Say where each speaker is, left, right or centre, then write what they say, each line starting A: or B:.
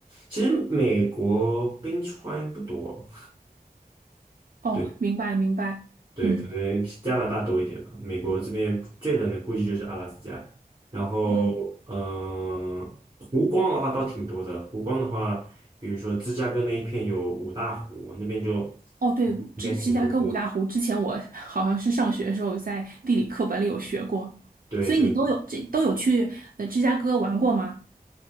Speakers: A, on the right (about 30°); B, on the right (about 65°).
A: 其实美国冰川不多，<laughs>
B: 哦，
A: 对。
B: 明白明白，
A: 对，
B: 嗯。
A: 可能加拿大多一点吧。美国这边最冷的估计就是阿拉斯加，然后嗯，
B: 嗯。
A: 湖光的话倒挺多的。湖光的话，比如说芝加哥那一片有五大湖，那边就
B: 哦，对，
A: 应该挺多的。
B: 芝芝加哥五大湖，之前我 <laughs> 好像是上学的时候在地理课本里有学过，
A: 对对，
B: 所以你都有这都有去呃芝加哥玩过吗？
A: 对